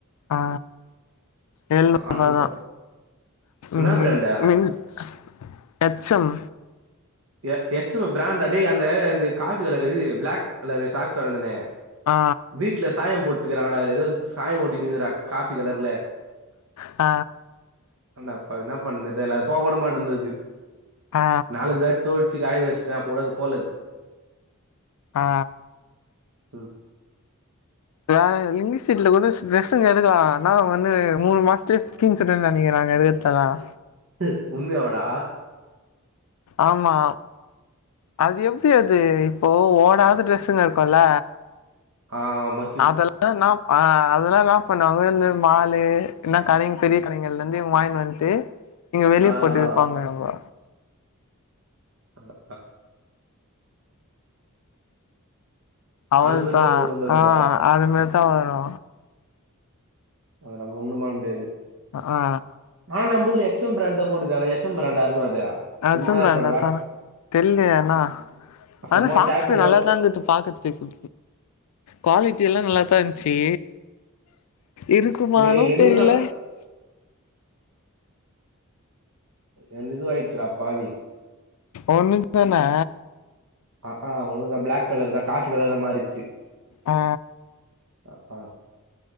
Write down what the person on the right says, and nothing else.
ஆற்நூத்தம்
என்னா பிராண்டு
எ எச்எ பிராண்ட் அடே அந்த இந்த coffee colour black colour socks வாந்தனே
வீட்ல சாயம் போட்ருக்கிறாங்டா எதோ சாயோ ஓட்டினுக்குதுடா காஃபி கலர்ல
பண்ல அ என்னாப் பண்றதுன் தெரில போக கூட மாட்டேந்தது இது
நாலஞ்ச ஆச்சு தோலுர்ச்சு காய் வஸ்டேன் பொழுது போலது
ம்
ட்டு உண்மையா வாடா
ஆ மை
ஆ ஆ
ஆ ஆ
அது மாரி
தான் போகும் போல்துப்பா
அதுல முள்ளு மாரி இருந்தது
நாலு ஐம்பதுக்கு எச் எம் பிராண்ட போட்டுக்க எச் எம் பிரண்டா இருக்கு அது
சும்மா
இருக்கும்ல
சும்மா
டேக் வந்தா
டேய் என்து
கூட இல்ல என்ன இது வாச்சுடா பாதி
ஆ ஆ ஒன்னு தா பிளாக கலர் தா காஃபி கலர் ல மாறிச்சு
ஆ ஆ